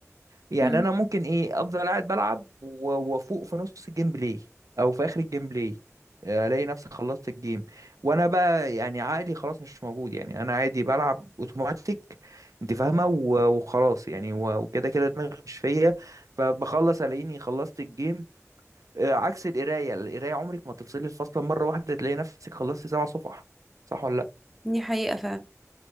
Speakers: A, in the centre; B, on the right (about 85°).
A: 嗯嗯嗯嗯嗯嗯嗯嗯嗯，嗯，دي
B: يعني انا ممكن ايه افضل قاعد بلعب و- وافوق في نص الجيم بلاي او في اخر الجيم بلاي الاقي نفسي خلصت الجيم وانا بقى يعني عقلي خلاص مش موجود يعني انا عادي بلعب اوتوماتيك انت فاهمه و- وخلاص يعني و- وكده كده دماغي مش فيا فبخلص الاقيني خلصت الجيم آه، عكس القرايه القرايه عمرك ما تفصلي الفصل مره واحده تلاقي نفسك خلصتي سبع صفح صح ولا
A: حقيقة فعلا